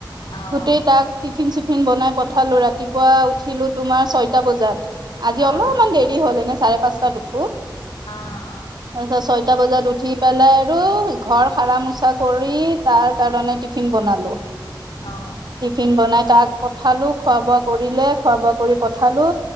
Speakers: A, on the left (about 75°); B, on the right (about 60°).
A: অঁ
B: গোটেই তাক টিফিন চিফিন বনাই পঠালো ৰাতিপুৱা উঠিলো তোমাৰ ছয়টা বজাত। আজি
A: অঁ
B: অলপমান দেৰি হ'ল এনে চাৰে পাঁচটাত উঠো। তাৰপিছত
A: অঁ
B: ছয়টা বজাত উঠি পেলাই আৰু ঘৰ হাৰা মোচা কৰি তাৰ কাৰণে টিফিন বনালো।
A: অঁ অঁ
B: টিফিন বনাই তাক পঠালো খোৱা বোৱা কৰিলে। খোৱা বোৱা কৰি পঠালো